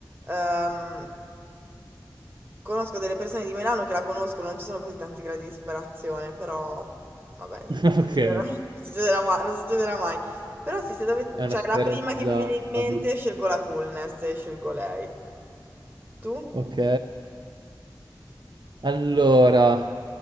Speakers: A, on the right; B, on the right.
A: Ehm, conosco delle persone di Milano che la conoscono, non ci sono così tanti gradi di disperazione, però vabbè, niente,
B: <laughs>
A: non succederà,
B: Ok, è
A: <laughs> non succederà mai, non succederà mai. Però sì, se dove,
B: una
A: cioè
B: cosa
A: la prima
B: realizzabile.
A: che vi viene in mente, scelgo la coolness e scelgo lei. Tu?
B: Ok. Allora,